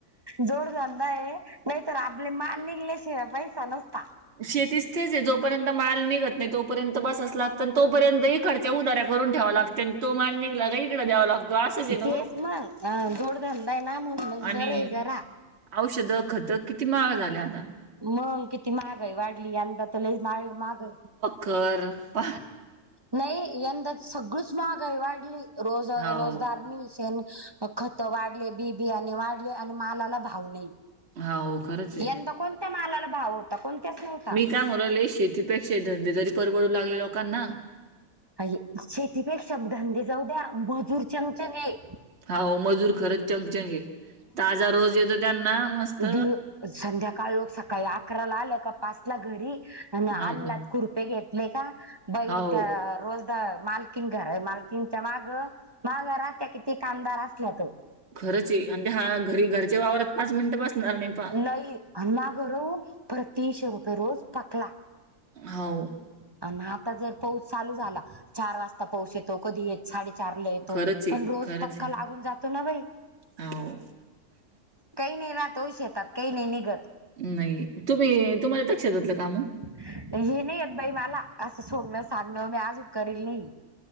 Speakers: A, on the right; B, on the right.
A: जोड झाय नाही तरर आपले मान लिहिल्या शिवा पैसा नसता
B: शेतीच तेच जोपर्यंत माल निघत नाही तोपर्यंत बसास लागत आणि तोपर्यंत खर्च्या उदार्या करून ठेवा लागते आणि तो मान निघला काहीकडं द्यावा लागतं असंच आहे ना
A: तेच
B: ग
A: मग जोडधंदा आहे ना म्हणूनच
B: आणि
A: बरं आहे जरा
B: औषधं खतक किती महाळ झाले आता
A: मग किती महाग आहे वाढली यंदा तर ल मा माग आहे
B: घर प
A: नाही यंदाच सगळीच महागाई वाढली रोज
B: हाव
A: रोजदारनी खत वाढले बिबियाणे वाढले आणि मालाला भाव नाही
B: हाव खरंच आहे
A: यंदा कोणत्या मालाला भाव होता कोणत्याच नव्हता
B: त्यामुले शेतीपेक्षा धंदेदरी परवडू लागले लोकांना
A: अ शेतीपेक्षा धंदे जाऊ द्या मजूर चमचाने
B: होा मजूर खरंच चंगचंग आहे ताजा रोज येतो त्यांना मस्त
A: दिव संध्याकाळ लोक सकाळी अकराला आलं का पाच ला घरी
B: हाव
A: आणि आला
B: का
A: खुरपे घेतले का बई
B: हाव
A: त्या रोज मालकीन घर आहे मालकींच्या माग माघर त्या किती कामदार असल्यात
B: खरच आणि ते हा घरी घरच्या वावरात पाच मिनिटं बसणार नाही प
A: नाही आणि मागर प्रतिशे रुपये रोज पकला
B: हो
A: आणि आता जर पाऊस चालू झाला चार वाजता पाऊस येतो कधी येतो साडेचारला येतो
B: खरंच आहे,
A: पण रोज
B: खरंच
A: पक्का
B: आहे.
A: लागून जातो ना बाई
B: हो.
A: काही नाही रातोष येतात काही नाही निघत
B: नाही तुम्ही तुम्हाला तक्ष देतलं काम
A: हे नाही यत बाई मला असं सोडणं सांगणं मी आज उ करल नाही